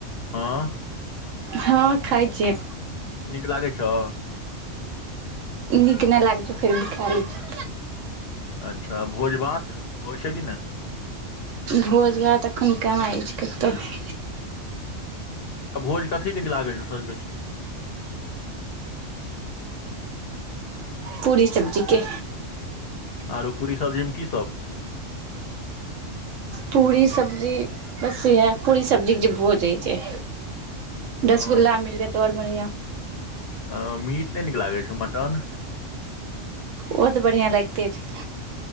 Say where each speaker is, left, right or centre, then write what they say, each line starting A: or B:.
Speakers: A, on the left (about 60°); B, on the right (about 75°).
A: हं
B: हँ खाइ छियै
A: नीक लागै छौ
B: नीक नहि लागै छै फेर खा लै छै
A: अच्छा भोज भात होइ छै कि नहि
B: भोज भात एखन कहां होइ छै कतहु
A: तऽ भोज कथी की लागै छै सब बेसी
B: पूरी सब्जी के
A: आरो पूरी सब्जी मे की सब
B: पूरी सब्जी बस इएह पूरी सब्जी के जे भोज होय छै रसगुल्ला
A: ओ
B: मिल जायत आओर बढ़िआँ
A: अ मीट नहि नीक लागे छै मटन
B: ओ तऽ बढ़िआँ लगिते छै